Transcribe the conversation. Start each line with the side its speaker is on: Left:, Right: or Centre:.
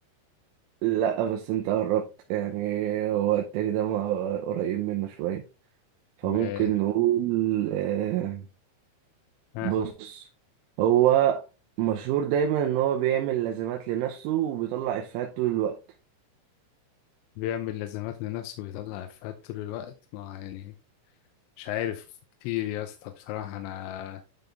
Right: لا بس انت قربت يعني هو التاني ده ما- قريب منه شويه فممكن
Left: ماشي
Right: نقول آه،
Left: ها
Right: بص هو مشهور دايما ان هو بيعمل لازمات لنفسه وبيطلع افيهات طول الوقت
Left: بيعمل لازمات لنفسه ويطلع إفيهات طول الوقت ما يعني مش عارف كتير يا اسطى بصراحة أنا